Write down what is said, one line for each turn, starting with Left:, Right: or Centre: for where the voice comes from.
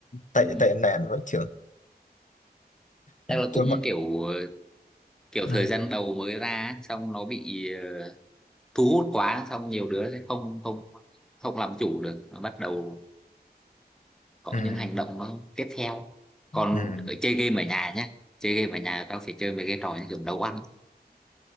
Left: tệ
Centre: ừ,
Left: tệ nạn với trưởng
Centre: chắc là
Left: chúa
Centre: cũng
Left: mà
Centre: kiểu ờ, kiểu
Left: ừ,
Centre: thời gian đầu mới ra á, xong nó bị ờ, thu hút quá xong nhiều đứa sẽ không không không làm chủ được bắt đầu có
Left: ừ,
Centre: những hành động nó tiếp theo còn
Left: ừ.
Centre: ở chơi game ở nhà nhá chơi game ở nhà tao phải chơi mấy cái trò như kiểu nấu ăn